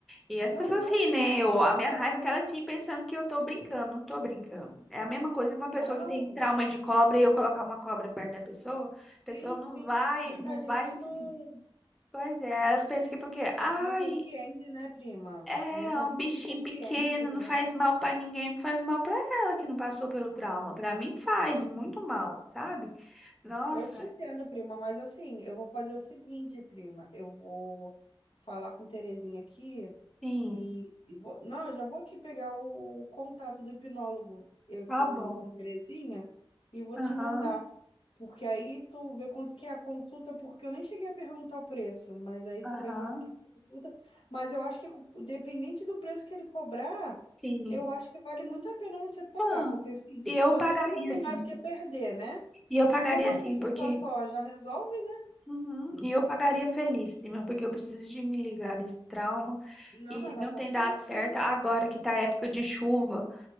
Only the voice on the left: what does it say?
Não,
imagina
é o que
eu tô
falando.
Não,
sim,
sim.
Muita
gente
não.
Muita
gente
não,
não compreende, né, prima?
Muita
gente
não compreende,
né?
Eu te entendo, prima, mas assim, eu vou fazer o seguinte, prima. Eu vou falar com Terezinha aqui
e, e vou... Não, eu já vou aqui pegar o contato do hipnólogo eu,
com,
com Terezinha e vou
te mandar. Porque aí tu vê quanto que é a consulta, porque eu nem cheguei a perguntar o preço, mas aí tu
vê quanto que é a consulta. Mas eu acho que, dependente do preço que ele cobrar,
eu acho que vale muito a pena você pagar,
porque assim,
você
já não tem
mais o que perder, né?
E com uma consulta
só já resolve, né?
Não,
mas vai
conseguir
sim.